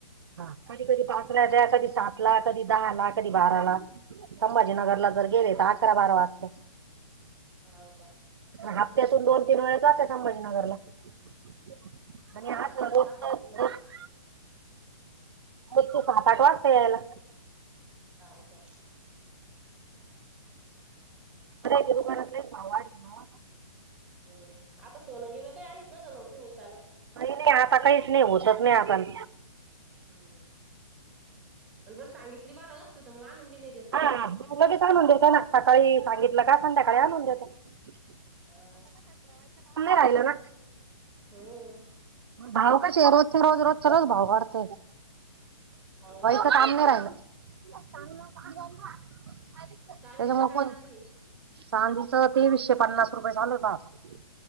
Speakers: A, on the right; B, in the centre.
A: हा कधी कधी पाच ला द्या कधी सात ला कधी दहा ला कधी बारा ला संभाजीनगरला जर गेले तर अकरा बारा वाजते.
B: हाव का
A: अन् हप्त्यातून दोन तीन वेळ जात्या संभाजीनगर ला <unintelligible>
B: आणायचं राहत असल ना काही
A: मैची हे तर सात आठ वाजता यायला
B: हाव का
A: मिठाईच्या दुकानात लईचं भाव वाढले ना
B: अं आता सोनं बिनं काही आणीत नसाल मग तुम्ही विकायला.
A: नाही नाही आता काहीच नाही होवू शकतं नाही आण
B: हम्म जर सांगितली कोणा वस्तू तर मगं आणुन बी नाही देत.
A: हां लगेच आणून देत्या ना सकाळी सांगितलं का संध्याकाळी आणून देत्या?
B: हा
A: राहिलं ना.
B: हो हो...
A: भाव कसे रोजच्या रोज रोजच्या रोज भाव वाढ <unintelligible>
B: हाव बाई
A: काम नाही राहिल <unintelligible>
B: कांदीच
A: त्यामुळं
B: काय
A: कोणी
B: चालू आहे?
A: चांदीचं तेवीसशे पन्नास रुपये झाल होत. आज